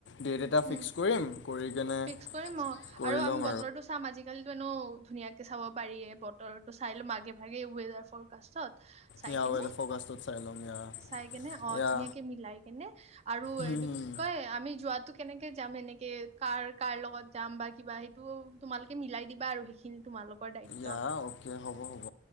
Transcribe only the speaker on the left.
ডেট এটা
ফিক্স কৰিম কৰি। কেনে
কৰি
ল'ম
ইয়া
ৱেডাৰ ফ'কাষ্টত চাই ল'ম ইয়া
ইয়া
হুম,
ইয়া অ'কে হ'ব হ'ব